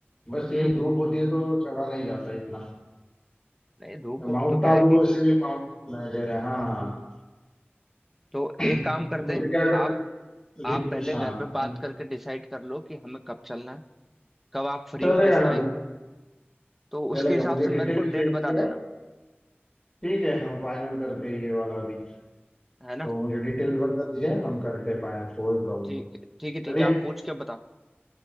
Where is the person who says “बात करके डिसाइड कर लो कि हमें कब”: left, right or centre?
Centre